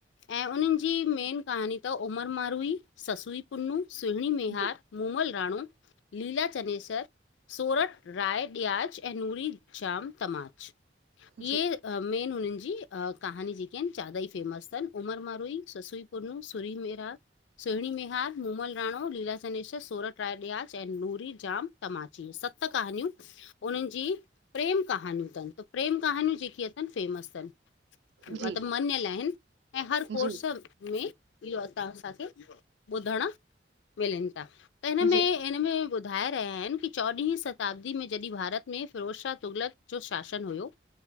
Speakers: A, on the left; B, on the right.
A: ऐं उन्हनि जी मेन कहानी त उमर मारूईी, ससुई पुनू, सुहिणी मेहार।
B: जी
A: मूमल राणो, लीला चनेसर, सोरठ राय ॾियाज, ऐं नूरी। शाम तमाच, इहे
B: जी जी
A: अ मेन हुननि जी अ कहानी जेकेअं चारई फेमस तन, उमर मारूई, ससुई पुनू सुरी मेरार सुहिणी मेहार, मूमल राणो, लीला चनेश्र, सोरठ रायडियाज ऐं नूरी जाम। तमाची, सत कहानियूं उन्हनि जी प्रेम कहानियूं तन त प्रेम कहानियूं जेकी अथनि फ़ेमस अथनि
B: जी
A: मतलब
B: जी
A: मञयल आहिनि। ऐं हर कोर्स
B: जी जी जी
A: में, इहो अर्थ असांखे ॿुधण मिलनि ता, त हिन
B: जी जी जी
A: में?
B: जी
A: हिन में ॿुधाए रहिया आहिनि कि चोॾहीं शताब्दी में जॾहिं भारत में फ़िरोजशा तुगलक जो शासन हुयो,